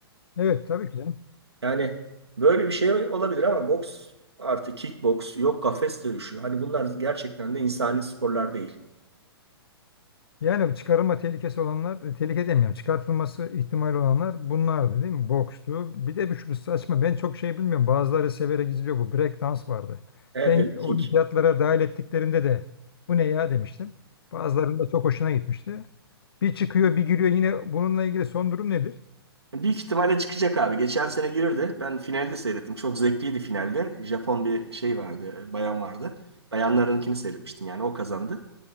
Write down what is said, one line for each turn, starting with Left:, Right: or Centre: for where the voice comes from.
Left: Evet tabii ki canım.
Right: Yani böyle bir şey olabilir ama boks artı kickboks yok kafes dövüşü. Hani bunlar gerçekten de insani sporlar değil.
Left: Yani çıkarılma tehlikesi olanlar, e, tehlike demiyorum, çıkartılması ihtimali olanlar bunlardı değil mi? Bokstu. Bir de bir şu saçma, ben çok şey bilmiyorum. Bazıları severek izliyor bu. Break dans vardı.
Right: Evet,
Left: Ben
Right: Derek
Left: olimpiyatlara
Right: King.
Left: dahil ettiklerinde de bu ne ya demiştim. Bazılarında çok hoşuna gitmişti. Bir çıkıyor, bir giriyor. Yine bununla ilgili son durum nedir?
Right: Büyük ihtimalle çıkacak abi. Geçen sene girirdi. Ben finalde seyrettim. Çok zevkliydi finalde. Japon bir şey vardı, bayan vardı. Bayanlarınkini seyretmiştim yani o kazandı.